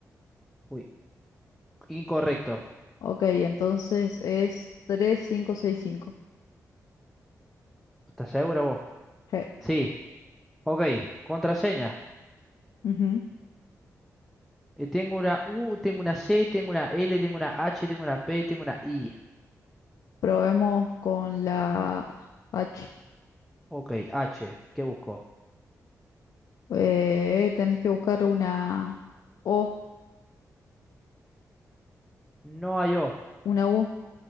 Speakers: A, in the centre; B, on the left.
A: Uy, incorrecto.
B: Ok, entonces es tres cinco seis, cinco.
A: ¿Estás segura vos?
B: G.
A: Sí. Ok. Contraseña.
B: Ujú.
A: Eh, tengo una U, tengo una C, tengo una L, tengo una H, tengo una P, tengo una I.
B: Probemos con la H.
A: Ok, H. ¿Qué busco?
B: Eh, tenés que buscar una O,
A: No hay O.
B: una U.